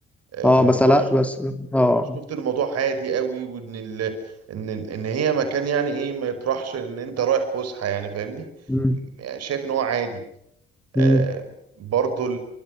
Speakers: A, on the right (about 55°); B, in the centre.
A: آه،
B: اه
A: موضوع
B: بس لا بس اه
A: شفت الموضوع عادي قوي وان ال... ان ان هي مكان يعني ايه ما يطرحش ان انت رايح فسحه يعني فاهمني
B: مم.
A: يعني شايف ان هو عادي آه
B: مم.
A: برضو ال...